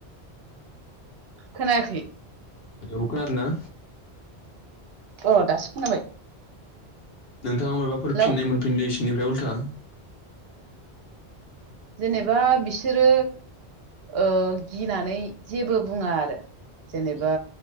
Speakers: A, on the right (about 70°); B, on the left (about 65°).
A: खोनायाखै
B: हेलौ खोनादोंना?
A: अ दासो खोनाबाय।
B: नोंथाङा माबाफोर
A: हेलौ
B: फिननाय मोनफिनदों इसोरनिफ्राय उल्था?
A: जेनेबा बिसोरो ओ गिनानै जेबो बुङा आरो। जेनेबा